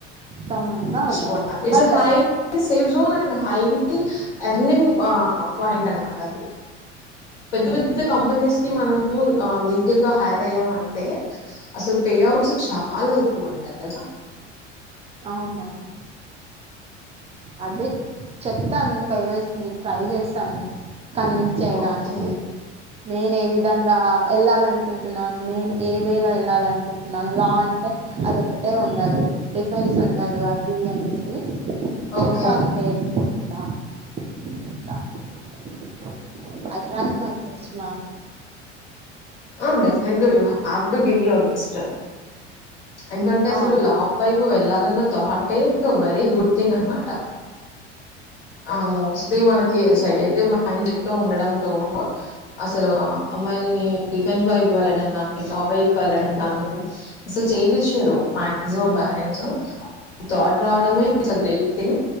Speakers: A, on the right (about 20°); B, on the left (about 70°).
A: సంబంధంగా
B: ఇట్స్
A: ఉండదు.
B: It's
A: but
B: high safe zone and highly a winning a point అనమాట అది. పెద్ద పెద్ద కంపెనీస్ కి మనం అ లీగల్ గ హైర్ అయ్యాం అంటే, ఆసలు పే అవుట్స్ చా చాలా ఎక్కువ ఉంటాయి తెల్సా
A: అవునవును అదే చెప్పాను పేరెంట్స్ కి ట్రై చేస్తాను కన్విన్స్ చేయడానికి
B: ఓకే
A: నేను ఏ విధంగా వెళ్ళాల అనుకుంటున్నాను నేను ఏ వేలో వెళ్ళాల అనుకుంటున్నాను లాంటి అదొ ఒకటే ఉండదు <unintelligible> ఉండదు అది అనేసి
B: ఓకే
A: చెప్తాను పేరెంట్స్ కూడా <unintelligible>
B: ఆ డఫినెట్ గా you have to give your best ఎందుకంటే అసలు
A: ఆ
B: <unintelligible>
A: మ్యామ్
B: వైపు వెళ్ళాలన్న <unintelligible> వెరీ గుడ్ థింగ్ అనమాట ఆ మోస్ట్లి <unintelligible> సడేట్ండ్ <unintelligible> ఉండడంతో అసలు అమ్మాయిల్ని డిఫెన్స్ వైపు వెళ్ళడం గానీ లా వైపు వెళ్ళడం గానీ అసలు చేపిచారు మాక్సిమం పేరెంట్స్ థాట్ రావడమే ఇస్ ద గ్రేట్ థింగ్